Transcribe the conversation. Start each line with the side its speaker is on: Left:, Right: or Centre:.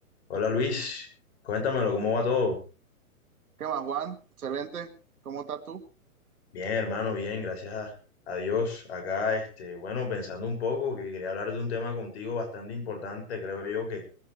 Left: Hola Luis, cuéntamelo, ¿cómo va todo?
Right: ¿Qué más, Juan? Excelente. ¿Cómo estás tú?
Left: Bien, hermano, bien, gracias a, a Dios. Acá, este, bueno, pensando un poco, que quería hablar de un tema contigo bastante importante, creo yo, que,